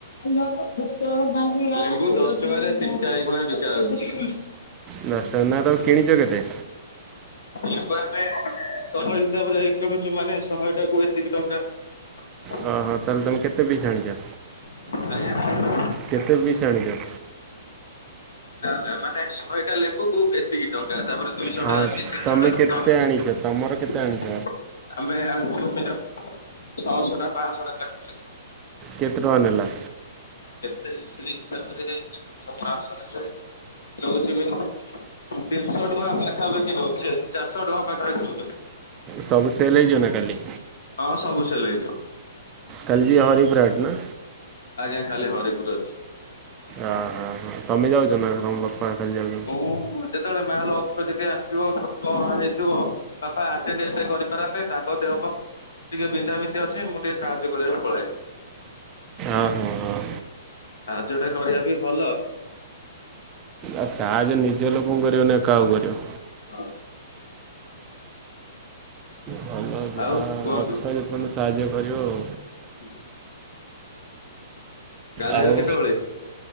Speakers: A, on the left (about 85°); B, on the right (about 20°).
A: ଲେମ୍ବୁ ଦଶ ଟଙ୍କାରେ ତିନଟା ଏଇଖଣା ବିକା ହଉଛି।
B: ଦଶ ଟଙ୍କା ନେଖା ତମେ କିଣିଛ କେତେ?
A: ଲେମ୍ବୁ ଆମେ ଶହ ହିସାବରେ କିଣୁଛୁ ମାନେ ଶହଟାକୁ ଏତିକି ଟଙ୍କା। <inaudible>
B: ହଁ ହଁ ହଁ ତାହେଲେ ତମେ କେତେ ପିସ୍ ଆଣିଛ?
A: ଆଜ୍ଞା
B: କେତେ ପିସ୍ ଆଣିଛ?
A: ନା ନା ମାନେ ଶହେଟା ଲେମ୍ବୁକୁ ଏ ଏତିକି ଟଙ୍କା ତାପରେ ଦୁଇ ଶହ
B: ହଁ
A: ଟା ଅଛି ତିନି
B: ତମେ
A: ଶହ ଟା
B: କେତେ
A: ଅଛି।
B: ଆଣିଛ ତମର କେତେ ଆଣିଛ
A: ଆମେ ଆଣିଛୁ ମିନିମମ ଛଅ ଶହଟା ପାଂ ଶହଟା। <unintelligible>
B: କେତେ ଟଙ୍କା ନେଲା?
A: କେତେ ଜିନିଷ ହିସାବରେ ପାଂଶହ ନେଲେ ନଉଛି <unintelligible> ତିନିଶହ ଟଙ୍କା ପାଖାପାଖି ନଉଛି ଚାରିଶହ ଟଙ୍କା ପାଖାପାଖି ନଉଛନ୍ତି।
B: ସବୁ ସେଲ୍ ହେଇଯିବ ନା କାଲି?
A: ହଁ ସବୁ ସେଲ୍ ହେଇଯିବ।
B: କଲ ଯିବ ହରିପୁର ହାଟ ନା?
A: ଆଜ୍ଞା କାଲି ହରିପୁର ଅଛି।
B: ଅ ହାଁ ହାଁ ତମେ ଯାଉଛ ନା ତମ ବାପା ଖାଲି ଯାଉଛ
A: ମୁଁ ଯେତେବେଳେ ମାଲ ଅଧିକ ଯେବେ ଆସିଥିବ କଣ ହେଇଥିବ ବାପା ଆଟେଣ୍ଡ ଏତେ କରି ପାରନ୍ତି ତାଙ୍କ ଦେହ ଫେଅ ଟିକେ ବିନ୍ଧା ବିନ୍ଧି ଅଛି ମୁଁ ଟିକେ ସାହାର୍ଯ୍ୟ କରିବାକୁ ପଳାଏ।
B: ଅଁ ହଁ ହଁ।
A: ସାହାଯ୍ୟ ଟା କରିବା ବି ଭଲ
B: ଆଉ ସାହାଯ୍ୟ ନିଜ ଲୋକଙ୍କୁ କରିବନି ଆଉ କାହାକୁ କରିବ।
A: ହଁ।
B: ଭଲ ଯାହା
A: ଆଉ
B: ଅଛ
A: କୁହନ୍ତୁ।
B: ଯେ ପଯ୍ୟନ୍ତ ସାହାଯ୍ୟ କରିବ ଆଉ।
A: <unintelligible> ଗାଧେଇବେ
B: ଆଉ?
A: କେତେବେଳେ